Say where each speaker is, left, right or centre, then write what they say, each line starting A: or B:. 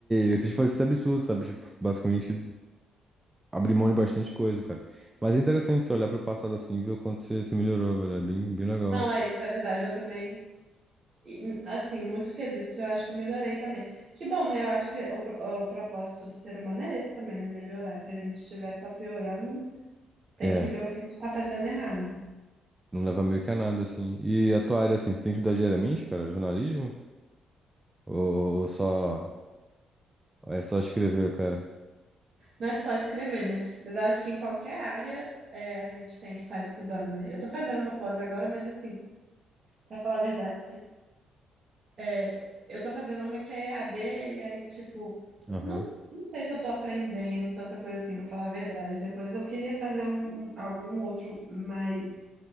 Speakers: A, on the right; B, on the right.
A: eu tentei fazer esse absurdo, sabe? Tipo, basicamente, abrir mão de bastante coisa, cara. Mas é interessante você olhar pro passado assim e ver o quanto você, você melhorou, velho. É bem, bem legal.
B: Não, é isso, é verdade. Eu também. E, assim, muitos quesitos eu acho que eu melhorei também. Que bom, né? Eu acho que o, pro- o propósito do ser humano é esse também, né? Melhorar. Se a gente estiver só piorando, tem
A: É,
B: que ver o que a gente está fazendo errado.
A: não leva meio que a nada, assim. E a tua área, assim, tu tem que estudar diariamente, cara? Jornalismo? Ou, ou só... É só escrever, cara?
B: Não é só escrever, né? Mas eu acho que em qualquer área é, a gente tem que estar estudando, né? Eu tô fazendo uma pós agora, mas assim, para falar a verdade, é, eu tô fazendo uma que é EAD, e aí, tipo,
A: Aham,
B: não, não sei se eu tô aprendendo tanta coisa assim, para falar a verdade. Depois eu queria fazer um, um- algum outro mais